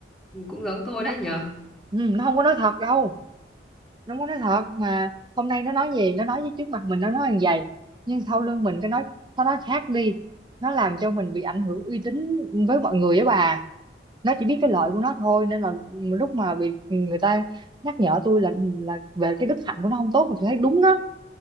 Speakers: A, in the centre; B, on the right.
A: cũng giống tôi
B: nó,
A: đấy nhở
B: ừ, nó không có nói thật đâu nó không có nói thật mà hôm nay nó nói gì nó nói với trước mặt mình nó nói hàng vậy nhưng sau lưng mình cái nói nó nói khác đi nó làm cho mình bị ảnh hưởng uy tín với mọi người á bà nó chỉ biết cái lợi của nó thôi nên là lúc mà bị người ta nhắc nhở tôi là là về cái đức hạnh của nó không tốt thì tôi thấy đúng đó